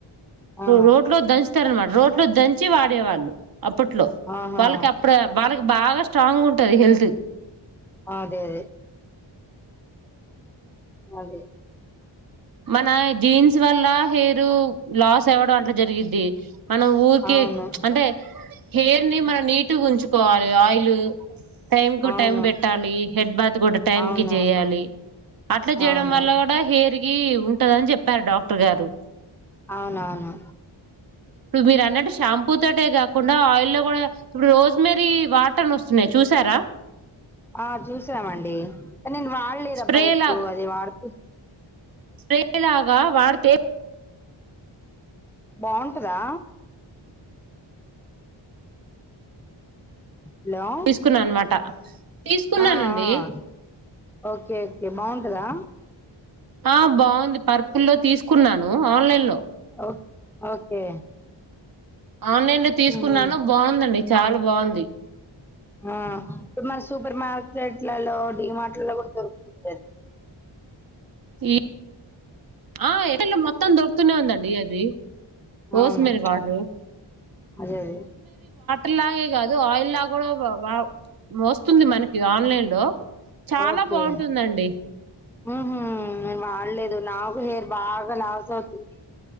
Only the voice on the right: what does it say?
రోడ్ లో దంచ <inaudible> రోడ్ దంచి వాడేవాళ్ళు అప్పట్లో
వాళ్ళకి అప్పుడే వాడ బాగా స్ట్రాంగ్ ఉంటది హెల్త్
మన జీన్స్ వల్ల హెయిరు లాస్ అవ్వడం అట్లా జరిగిద్ది మనం ఊరికే
ఇచ్ అంటే హెయిర్ ని మనం నీటుగా ఉంచుకోవాలి ఆయిలు టైమ్ కు
టైమ్ పెట్టాలి హెడ్ బాత్ కూడా టైమ్
కి చేయాలి అట్లా చేయడం
వల్ల కూడా హెయిర్ ఎ కి ఉంటదని చెప్పారు డాక్టర్ గారు
ఇప్పుడు మీరు అన్నట్టు షాంపూ తోటే కాకుండా ఆయిల్ లో కూడా ఇప్పుడు రోజ్ మెర్రీ వాటర్ ను వస్తున్నాయి చూసారా
స్ప్రే
లాగా
స్ప్రే లాగా వాడితే
తీసుకున్నా అనమాట తీసుకున్నానండి
ఆ బాగుంది పర్పుల్లో తీసుకున్నాను ఆన్లైన్ లో
ఆన్లైన్ లో తీసుకున్నాను
బాగవుందండి చాలా బావుంది
ఈ ఆ ఎ ల్లు మొత్తం దొరుకుతూనే ఉందండి అది రోజ్మెరీ
వాటర్
ర్ లాగే కాదు ఆయిల్ లా కూడా బా బా వస్తుంది మనకి ఆన్లైన్ లో చాన
బావుంటుందండి